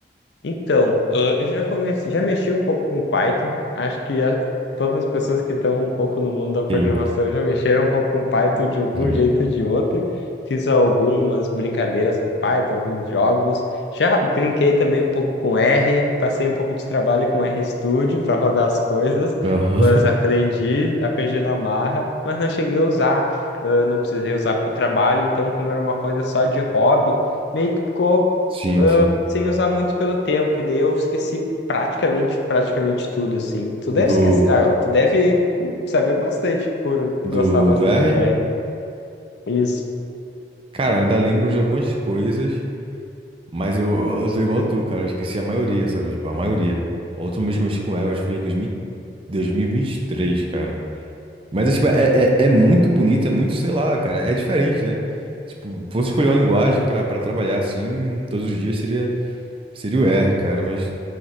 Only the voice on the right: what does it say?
Sim.
Sim.
Aham.
<laughs>
Sim,
sim.
Do,
do,
do R?
Cara, eu ainda lembro de algumas coisas, mas eu, eu tô igual tu, cara. Eu esqueci a maioria, sabe? Tipo, a maioria. A última vez que eu mexi com R, eu acho que foi em 2000, 2023, cara. Mas é, tipo, é, é, é muito bonito, é muito, sei lá, cara. É diferente, né? Tipo, fosse escolher uma linguagem pra, pra trabalhar assim, todos os dias seria. Seria o R, cara, mas